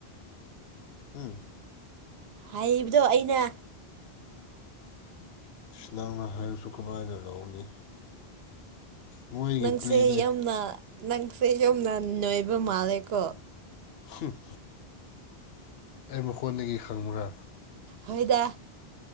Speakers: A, on the left; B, on the right.
A: ꯍꯝ
B: ꯍꯥꯏꯕꯗꯣ ꯑꯩꯅ
A: ꯁꯤ ꯅꯪꯅ ꯍꯥꯏꯔꯁꯨ ꯀꯃꯥꯏꯅ ꯂꯧꯅꯤ ꯃꯣꯏꯒꯤ
B: ꯅꯪꯁꯦ
A: ꯄ꯭ꯂꯦꯗꯣ
B: ꯌꯥꯝꯅ ꯅꯪꯁꯦ ꯌꯥꯝꯅ ꯅꯣꯏꯕ ꯃꯥꯜꯂꯦꯀꯣ
A: ꯍꯪ ꯑꯩ ꯃꯈꯣꯟꯗꯒꯤ ꯈꯪꯕ꯭ꯔꯥ
B: ꯍꯣꯏꯗ